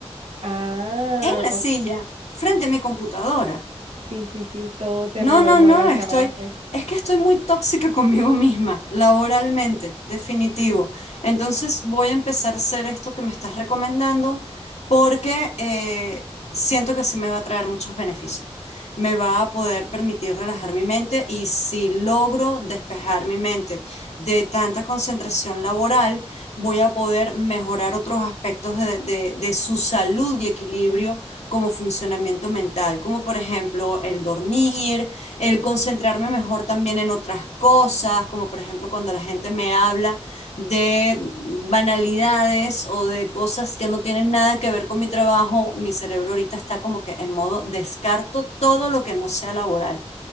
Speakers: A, on the right (about 70°); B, on the left (about 85°).
A: Ah,
B: en la
A: oh,
B: silla, frente a mi computadora.
A: sí, sí, sí, todo te
B: No,
A: rememora
B: no, no,
A: el
B: estoy,
A: trabajo.
B: es que estoy muy tóxica <laughs> conmigo misma, laboralmente, definitivo. Entonces voy a empezar a hacer esto que me estás recomendando porque eh, siento que sí me va a traer muchos beneficios. Me va a poder permitir relajar mi mente y si logro despejar mi mente de tanta concentración laboral, voy a poder mejorar otros aspectos de, de de su salud y equilibrio como funcionamiento mental, como por ejemplo el dormir el concentrarme mejor también en otras cosas, como por ejemplo cuando la gente me habla de banalidades o de cosas que no tienen nada que ver con mi trabajo, mi cerebro ahorita está como que en modo descarto todo lo que no sea laboral.